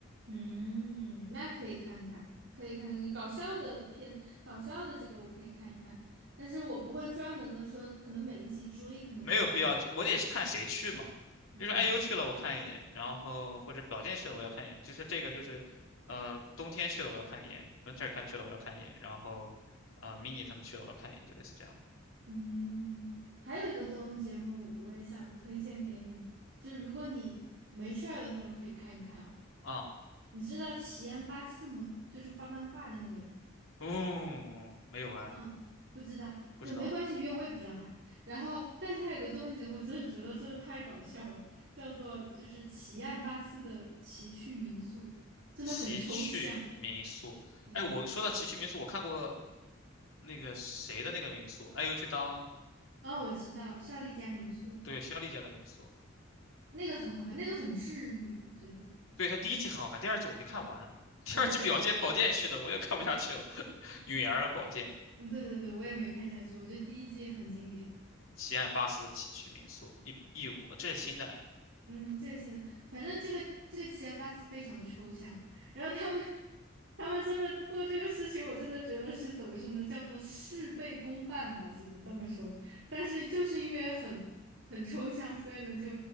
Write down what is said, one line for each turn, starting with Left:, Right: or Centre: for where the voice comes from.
Right: 嗯，那可以看看，可以看看搞笑的片，搞笑的这个我可以看一看，但是我不会专门的说，可能每一集追，可能不会，
Left: 没有必要去，我也是看谁去嘛。
Right: 嗯。
Left: 就是 IU 去了我看一眼，然后或者宝剑去了我要看一眼，就是这个就是，呃，冬天去了我要看一眼，Winter 看去了我要看一眼，然后，呃，Mini 他们去了我要看一眼，就类似这样的
Right: 嗯，还有一个综艺节目，我也想推荐给你，就是如果你没事儿的时候可以看一看啊。
Left: 啊。
Right: 你知道奇安八四吗？就是画漫画的那个人。
Left: 嗯，没有啊，
Right: 嗯，不知道，
Left: 不知道。
Right: 就没关系，因为我也不知道他。然后，但是他有个综艺节目，真的觉得真的太搞笑了，叫做就是奇案八四的奇趣民宿，真的很抽象。
Left: 奇趣民宿，
Right: 嗯，
Left: 哎，我说到奇趣民宿，我看过那个谁的那个民宿，IU 去当
Right: 哦，我知道，效力家民宿
Left: 对肖丽家的民宿，
Right: 那个很好看，那个很治愈，我觉得。
Left: 对他第一季很好看，第二季我没看完，第二季保健宝剑去的我又看不下去了，
Right: 啊，对，
Left: <laughs> 允儿和宝剑。
Right: 嗯，对对对，我也没看下去，我觉得第一季很经典。
Left: 奇岸巴斯的崎岖民宿一一五，这是新的哎
Right: 嗯，这个新的，反正这个这个奇安巴斯非常的抽象，然后他们 <laughs> 他们真的做这个事情，我真的觉得是怎么说呢，叫做事倍功半吧，只能这么说。但是就是因为很很抽象，所以呢，就